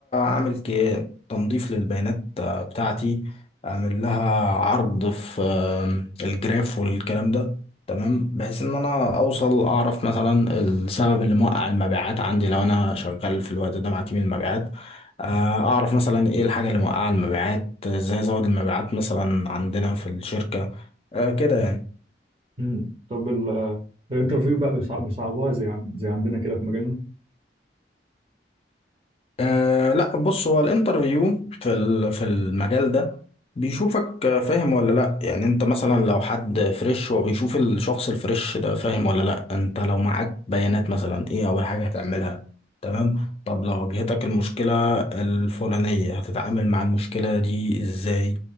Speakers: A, on the left; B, on the right.
A: عامل كي تنظيف للبيانات آه، بتاعتي اعمل لها عرض في آه، الجراف والكلام ده تمام بحيث ان انا اوصل اعرف مثلا السبب اللي موقع المبيعات عندي لو انا شغال في الوقت ده مع تيم المبيعات آه، اعرف مثلا ايه الحاجة اللي موقعة المبيعات ازاي ازود المبيعات مثلا عندنا في الشركة أه كده يعني
B: مم. طب ال- آه، الانترفيو بقى بيصع- بيصعبوها زي عن- زي عندنا كده في مجالنا
A: أه لا بص هو الانترفيو في ال- في المجال ده بيشوفك آه، فاهم ولا لا يعني انت مثلا لو حد فريش هو بيشوف الشخص الفريش ده فاهم ولا لا انت لو معاك بيانات مثلا ايه اول حاجة هتعملها تمام طب لو واجهتك المشكلة الفلانية هتتعامل مع المشكلة دي ازاي